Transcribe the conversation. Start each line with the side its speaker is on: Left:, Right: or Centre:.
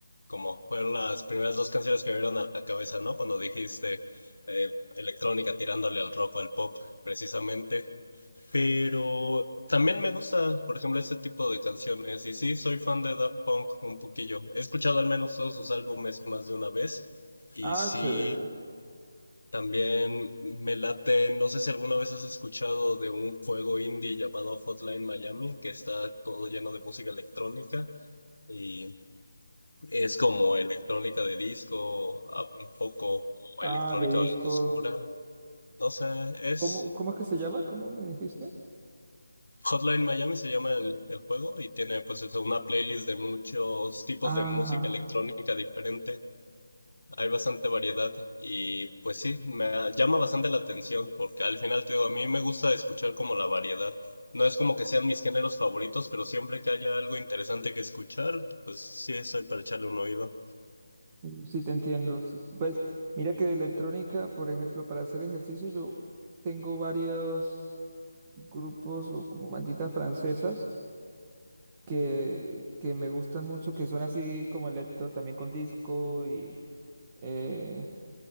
Left: como fueron las primeras dos canciones que me vieron a la cabeza, ¿no? Cuando dijiste eh, electrónica tirándole al rock o al pop, precisamente. Pero también me gusta, por ejemplo, este tipo de canciones. Y sí, soy fan de Daft Punk un poquillo. He escuchado al menos todos sus álbumes más de una vez. Y
Right: Ah,
Left: sí,
Right: chévere.
Left: también me late. No sé si alguna vez has escuchado de un juego indie llamado Hotline Miami, que está todo lleno de música electrónica. Y es como electrónica de disco, a- un poco como
Right: Ah,
Left: electrónica
Right: de disco.
Left: oscura. No sé, es.
Right: ¿Cómo, cómo es que se llama? ¿Cómo me dijiste?
Left: Hotline Miami se llama el, el juego y tiene pues eso, una playlist de muchos tipos
Right: Ajá,
Left: de música electrónica diferente. Hay bastante variedad y pues sí, me ha- llama bastante la atención porque al final te digo, a mí me gusta escuchar como la variedad. No es como que sean mis géneros favoritos, pero siempre que haya algo interesante que escuchar, pues sí, estoy para echarle un oído.
Right: sí te entiendo. sí. Pues mira que de electrónica, por ejemplo, para hacer ejercicio yo tengo varios grupos o como banditas francesas que, que me gustan mucho, que son así como electro, también con disco y, eh,